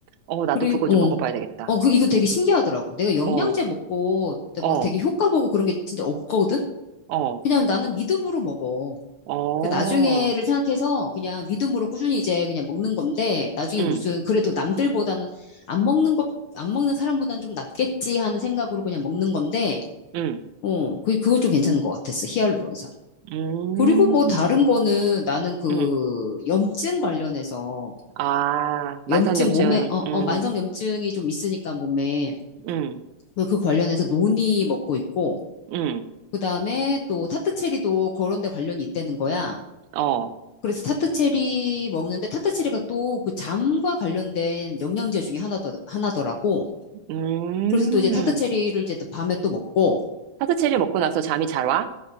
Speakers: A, on the right (about 80°); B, on the left (about 65°).
A: 어, 나도
B: 그리고,
A: 그거 좀 먹어봐야
B: 어,
A: 되겠다.
B: 어, 그, 이거 되게 신기하더라고. 내가 영양제
A: 어.
B: 먹고
A: 어,
B: 막 되게 효과 보고 그런 게 진짜 없거든?
A: 어,
B: 그냥 나는 믿음으로 먹어.
A: 어,
B: 그러니까 나중에를 생각해서 그냥 믿음으로 꾸준히 이제 그냥 먹는 건데, 나중에
A: 응,
B: 무슨, 그래도 남들보다는 안 먹는 것, 안 먹는 사람보다는 좀 낫겠지 하는 생각으로 그냥 먹는 건데,
A: 응,
B: 어, 그, 그거 좀 괜찮은 것 같았어. 히알루론산.
A: 음,
B: 그리고 뭐 다른 거는 나는 그
A: 응.
B: 염증 관련해서
A: 아, 만성염증,
B: 염증 몸에 어,
A: 응,
B: 어 만성 염증이 좀 있으니까 몸에
A: 응,
B: 뭐그 관련해서 논이 먹고 있고
A: 응,
B: 그다음에 또 타트체리도 그런 데 관련이 있다는 거야.
A: 어,
B: 그래서 타트체리 먹는데 타트체리가 또 그 잠과 관련된 영양제 중에 하나더 하나더라고.
A: 음.
B: 그래서 또 이제 타트체리를 이제 또 밤에 또 먹고
A: 사트체리 먹고 나서 잠이 잘 와?